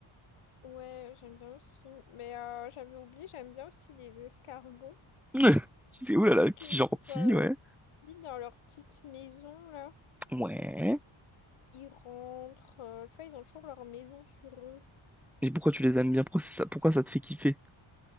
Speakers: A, on the left (about 90°); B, in the centre.
A: Ouais, j'aime bien aussi. Mais euh, j'avais oublié, j'aime bien aussi les escargots.
B: <laughs> C'est oulala,
A: Parce
B: petit
A: qu'ils
B: gentil,
A: vivent, euh,
B: ouais.
A: ils vivent dans leur petite maison, là.
B: Ouais.
A: Ils rentrent, euh, tu vois, ils ont toujours leur maison sur eux.
B: Mais pourquoi tu les aimes bien? Pourquoi ça, pourquoi ça te fait kiffer?